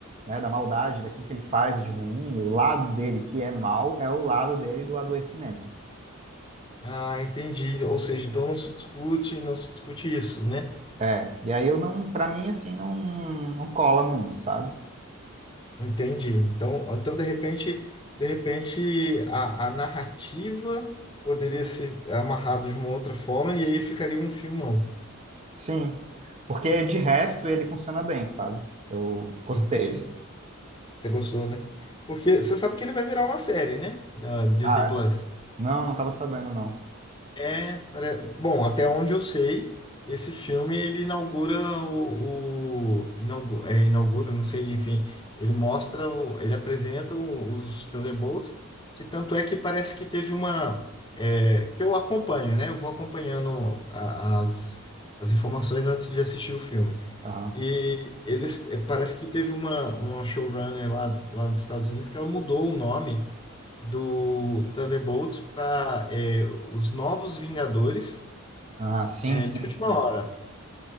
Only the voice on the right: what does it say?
né, da maldade, daquilo que ele faz de ruim, e o lado dele que é mal, é o lado dele do adoecimento.
É, e aí eu não, para mim, assim, não, não cola muito, sabe?
Sim, porque de resto ele funciona bem, sabe? Eu gostei,
assim.
Ah,
é? não, não tava sabendo, não.
Aham.
Ah, sim,
sim,
sim.